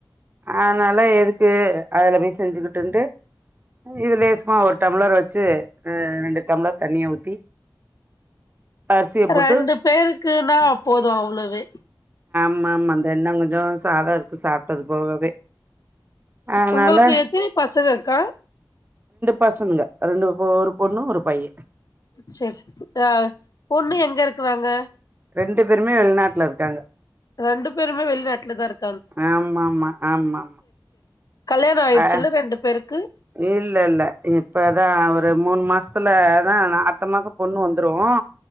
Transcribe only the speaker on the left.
ரெண்டு பேருக்குன்னா போதும் அவ்வளவே
உங்களுக்கு எத்தினி பசங்க க்கா
சேர் சேர் பொண்ணு எங்க இருக்கறாங்க
ரெண்டு பேருமே வெளி நாட்டுல தான் இருக்கு
கல்யாணம் ஆயிடுச்சுல
ரெண்டு பேருக்கும்